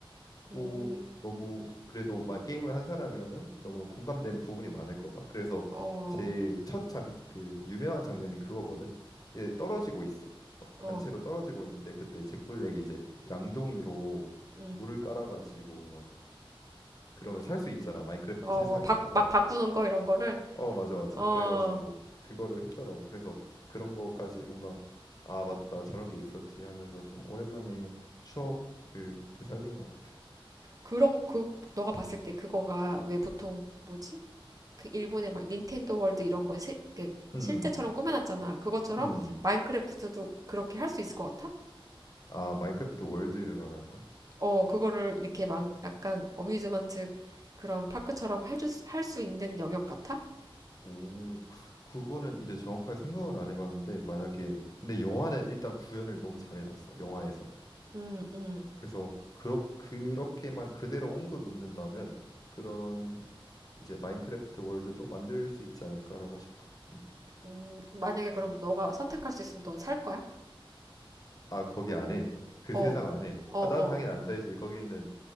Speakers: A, on the left (about 40°); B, on the right (about 40°).
A: 또
B: 음,
A: 너무 그래도 막 게임을 한 사람이라면 너무 공감되는 부분이 많을 거다. 그래서
B: 어,
A: 제일 첫 장 그 유명한 장면이 그거거든. 이게 떨어지고 있어. 막
B: 어,
A: 단체로 떨어지고 있는데 그때 잭 블랙이 이제 양동이로
B: 음,
A: 물을 깔아가지고 막 그러면 살 수 있잖아. 마인크래프트
B: 어,
A: 세상에서는.
B: 바, 막 바꾸는 거 이런 거를,
A: 어, 맞아, 맞아.
B: 어,
A: 그래가지고 그거를 했더라고. 그래서 그런 거까지 뭔가 아, 맞다. 저런 게 있었지 하면서 좀 오랜만에 추억을 되살린 것 같아.
B: 그런 그 너가 봤을 때 그거가 왜 보통 뭐지? 그 일본의 막 닌텐도 월드 이런 거 실, 그
A: 음,
B: 실제처럼 꾸며놨잖아. 그것처럼
A: 음.
B: 마인크래프트도 그렇게 할 수 있을 것 같아?
A: 아, 마인크래프트 월드를 말하는 거야?
B: 어, 그거를 이렇게 막 약간 어뮤즈먼트 그런 파크처럼 해줄 할수 있는 영역 같아?
A: 오, 그거는 이제 정확하게 생각은 안 해봤는데 만약에 근데 영화는 일단 구현을 너무 잘해놨어. 영화에서는.
B: 음, 음,
A: 그래서 그렇 그렇게만 그대로 옮겨 놓는다면 그런 이제 마인크래프트 월드도 만들 수 있지 않을까라고 싶어. 음.
B: 음. 만약에 그럼 너가 선택할 수 있으면 넌 살 거야?
A: 아, 거기 안에 그
B: 어,
A: 세상 안에
B: 어,
A: 아, 난
B: 어.
A: 당연히 안 살지. 거기는